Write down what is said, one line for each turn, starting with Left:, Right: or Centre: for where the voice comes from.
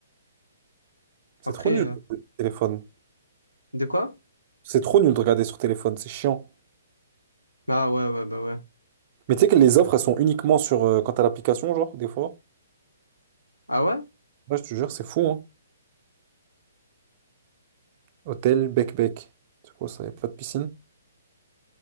Right: C'est
Left: Après,
Right: trop nul
Left: euh,
Right: le téléphone.
Left: de quoi?
Right: C'est trop nul de regarder sur téléphone, c'est chiant.
Left: Ah ouais, ouais, bah ouais.
Right: Mais tu sais que les offres, elles sont uniquement sur euh, quand t'as l'application, genre, des fois.
Left: Ah ouais?
Right: Ouais, je te jure, c'est fou, hein. Hôtel Bec Bec. C'est quoi ça? Y a pas de piscine?